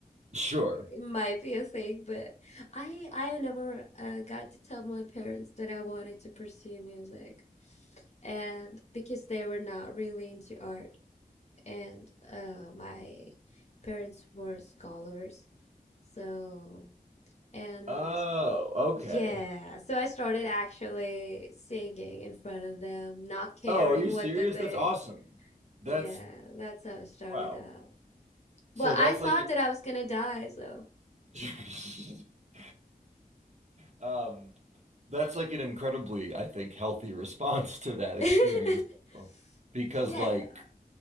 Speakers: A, on the right; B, on the left.
A: Sure.
B: It might be a thing, but I I never uh, got to tell my parents that I wanted to pursue music, and because they were not really into art, and uh, my parents were scholars, so and
A: Oh, okay.
B: yeah, so I started actually singing in front of them, not caring
A: Oh, are you
B: what
A: serious?
B: they think.
A: That's awesome. That's
B: Yeah, that's how it started
A: wow.
B: out. But
A: So
B: I
A: that's
B: thought
A: like
B: that I was gonna die, so.
A: <laughs> Um, that's like an incredibly, I think, healthy response to that experience.
B: <laughs>
A: though. Because
B: Yeah.
A: like